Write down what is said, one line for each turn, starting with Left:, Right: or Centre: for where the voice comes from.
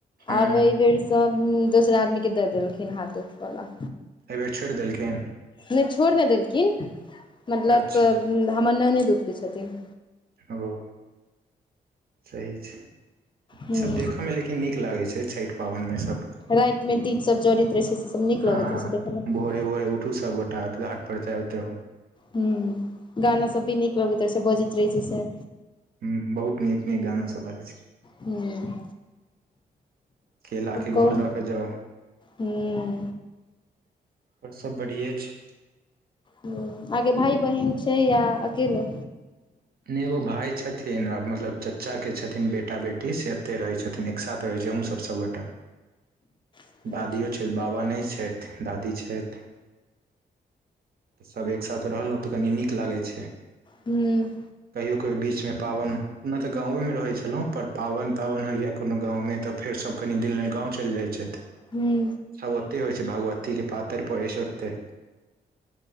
Right: हूँ
Left: आब एैय बेर सब दोसरा आदमी के द देलखिन हाथ उठब लऽ
Right: एयबेर छोईर देलखिन
Left: नैय छोइड़ नैय देलखिन मतलब
Right: अच्छा
Left: हमर ननैद उठबै छथिन
Right: हेलो सही छैय इ
Left: हुं।
Right: सब देखै में लेकिन नीक लागै छैयछठि पाबैन मे सब
Left: रैत मे दीप सब जड़ैत रहै छैय से सब नीक
Right: हँ
Left: लगैत रहै छैयदेखैमे
Right: भोरे -भोरे उठू सब गोटा तऽ घाट पर जायजाहु
Left: हू गाना सब भी नीक लगैत रहै छैय बजैत रहै छै से
Right: हूँ बहुत नीक -नीक गाना सब बाजै छै
Left: हूँ
Right: केला के
Left: कहू
Right: घौर लऽ के जाउ
Left: हूं
Right: और सब बढ़िेये छैय
Left: हूँ आगे भाय बहिन छै या अकेले
Right: नै एगो भाय छथिन आ मतलब चाचा के छथिन बेटा- बेटी से एते रहै छथिन साथ रहै छी हमहूँ सब सबगोटे
Left: हूं
Right: दादियो छैयथ बाबा नैय छैथ दादी छैथ सब एकसाथ रहलौ त कनी नीक लागै छैय
Left: हूँ
Right: कहियो -कहियो बीच मे पाबैन ओना तऽ गाँव मे रहैय छेलौ पर पाबैन तावैन होयया कोनो गाँव मे त फेर सब कनि दिन लए गाँव चैल जाय छैथ
Left: हूं
Right: सब ओतेैय होय छैय भगवती के पातैर परै छै ओतेैय